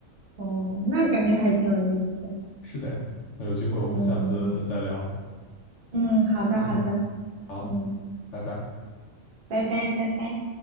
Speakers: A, on the right; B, on the left.
A: 嗯，那感觉还挺有意思的。
B: 是的呀，那有机会我们下次再聊。
A: 嗯嗯，好的好的，
B: 嗯，好，
A: 嗯，
B: 拜拜。
A: 拜拜拜拜。